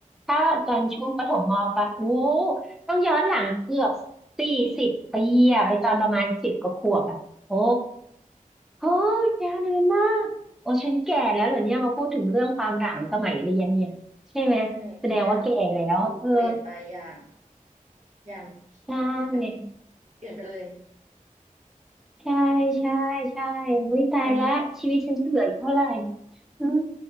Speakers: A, in the centre; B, on the right.
A: ถ้าตอนช่วงประถมมปลายอู้ ต้องย้อนหลังเกือบสี่สิบปีอะไปตอนประมาณสิบกว่าขวบอะโอ้โหยยาวนานมาก โอ้ฉันแก่แล้วเหรอเนี่ยมาพูดถึงเรื่องความหลังสมัยเรียนเนี่ย ใช่ไหมแสดงว่าแก่แล้วเออ
B: ใช่ทุกอย่างดูเปลี่ยนไปอย่างอย่าง
A: ใช่
B: แบบเปลี่ยนไปเลย
A: ใช่ใช่ใช่วิตายละชีวิตฉันจะเหลืออีกเท่าไหร่
B: ตอนนี้
A: อืม